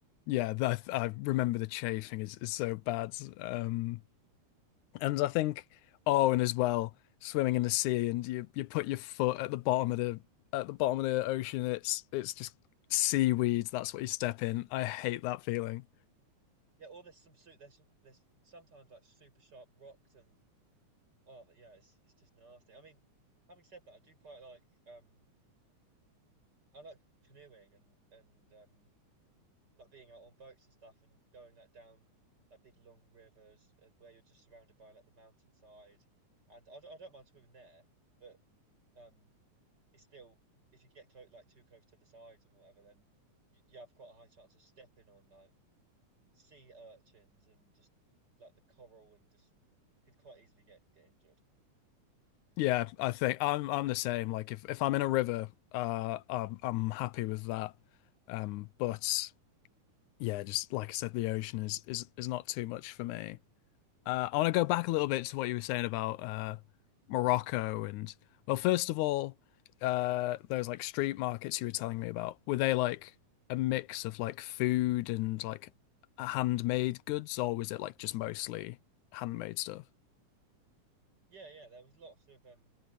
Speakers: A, on the left; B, on the right.
A: Yeah, that I remember the chafing is, is so bad. Um, and I think, oh, and as well, swimming in the sea and you you put your foot at the bottom of the at the bottom of the ocean. It's it's just seaweed. That's what you step in. I hate that feeling.
B: Yeah, or there's some suit. There's some, there's sometimes like super sharp rocks and oh yeah, it's it's just nasty. I mean, having said that, I do quite like um I like canoeing and and um like being out on boats and stuff and going like down like big long rivers uh, where you're just surrounded by like the mountainside. And I don't, I don't mind swimming there, but Um, it's still if you get close, like too close to the sides and whatever, then you, you have quite a high chance of stepping on like sea urchins and just like the coral and just could quite easily get get injured.
A: Yeah, I think I'm I'm the same. Like if if I'm in a river, uh, I'm I'm happy with that. Um, but yeah, just like I said, the ocean is is is not too much for me. Uh, I want to go back a little bit to what you were saying about uh, Morocco and well, first of all, uh, those like street markets you were telling me about, were they like a mix of like food and like handmade goods, or was it like just mostly handmade stuff?
B: Yeah, yeah, there was lots of um